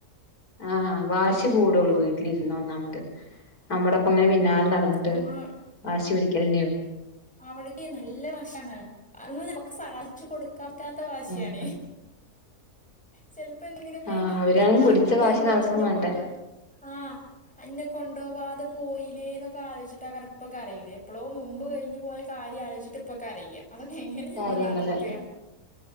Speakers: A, on the left (about 75°); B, in the centre.
A: ആഹ് വാശി കൂടുള്ളൂ വീട്ടിലിരുന്നാ ഒന്നാമത്. നമ്മടെപ്പ ങ്ങനെ പിന്നാലെ നടന്നിട്ട്
B: ആഹ്
A: വാശി പിടിക്കലെന്നെവും
B: അവള്ക്കെയ് നല്ല വാശിയാണ് അതൊന്നു ഞമ്മക്ക് സാധിച്ചു കൊടുക്ക ക്കാൻ പറ്റാത്ത വാശിയാണേയ്
A: ഉം
B: ചെലപ്പൊ ന്നെങ്ങിലൊക്കെ
A: ആഹ് അവരാണെങ്കി
B: ഞമ്മളന്ന്മ്മച്ചിന്നെ
A: പിടിച്ച വാശി നടക്കും വേണ്ടേ
B: കൊണ്ടോ ആഹ് അന്നെ കൊണ്ടോവാതെ പോയിലേ ന്നൊക്ക്‌ ക്കാലോയ്ച്ച്ട്ടാക്കരം ഇപ്പ കരയണെ എപ്പളോ മുമ്പ് കയിഞ്ഞു പോയ കാര്യലോയിചിട്ട്പ്പ കരയാ അതൊക്കെ എങ്ങനെ ഞമ്മള്
A: കാര്യങ്ങള്
B: നടത്താ